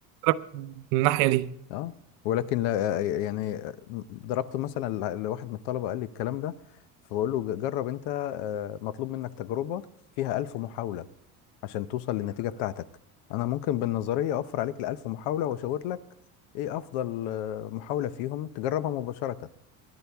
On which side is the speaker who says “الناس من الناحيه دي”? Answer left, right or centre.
Right